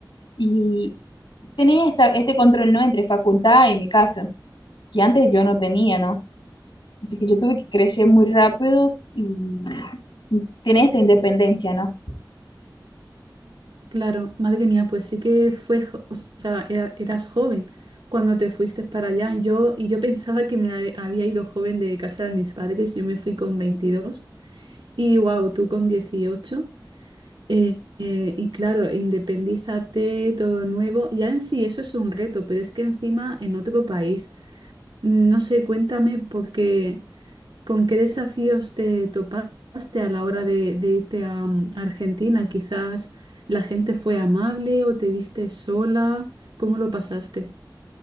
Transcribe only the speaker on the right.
Claro, madre mía, pues sí que fue, jo- o sea, era- eras joven cuando te fuiste para allá. Yo, y yo pensaba que me ha- había ido joven de casa de mis padres, yo me fui con 22 y wow, tú con 18. Eh, eh, y claro, independízate, todo nuevo. Ya en sí eso es un reto, pero es que encima en otro país, Mm, no sé, cuéntame porque con qué desafíos te topaste a la hora de, de irte a, mm, a Argentina. Quizás la gente fue amable o te viste sola. ¿Cómo lo pasaste?